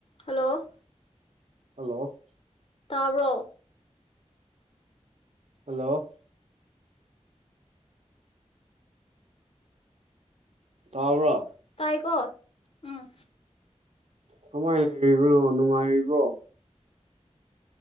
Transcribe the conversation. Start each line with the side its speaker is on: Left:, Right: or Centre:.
Left: Hello.
Right: Hello.
Left: ꯇꯥꯕꯔꯣ꯫
Right: Hello. ꯇꯥꯕ꯭ꯔꯣ꯫
Left: ꯇꯥꯌꯦꯀꯣ ꯎꯝ꯫
Right: ꯊꯃꯩ ꯂꯩꯔꯤꯕ꯭ꯔꯣ ꯅꯨꯡꯉꯥꯏꯔꯤꯕ꯭ꯔꯣ꯫